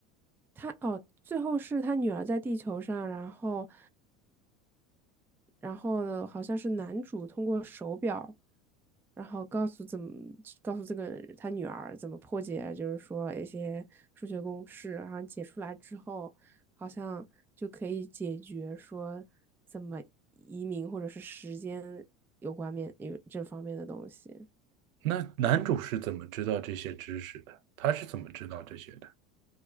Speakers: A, in the centre; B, on the right (about 80°).
A: 他哦，最后是他女儿在地球上，然后，然后呢，好像是男主通过手表，然后告诉怎么告诉这个他女儿怎么破解，就是说一些数学公式，然后解出来之后，好像就可以解决说怎么移民或者是时间有关面有这方面的东西。
B: 那男主是怎么知道这些知识的？他是怎么知道这些的？